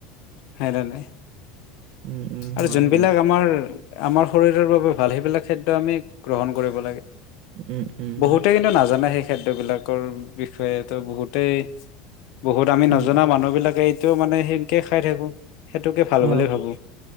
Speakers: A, on the left (about 65°); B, on the right (about 60°).
A: সেই তেনে।
B: উম, উম,
A: আৰু
B: হয়,
A: যোনবিলাক
B: হয়,
A: আমাৰ আমাৰ শৰীৰৰ বাবে ভাল, সেইবিলাক খাদ্য আমি গ্ৰহণ কৰিব লাগে।
B: উম, উম,
A: বহুতে কিন্তু নাজানে সে খাদ্যবিলাকৰ বিষয়ে। তো বহুতেই বহুত আমি
B: উম,
A: নজনা
B: উম,
A: মানুহবিলাকে তেও মানে সেনেকে খাই থাকো। সেইটোকে ভাল
B: অ',
A: বুলি ভাবো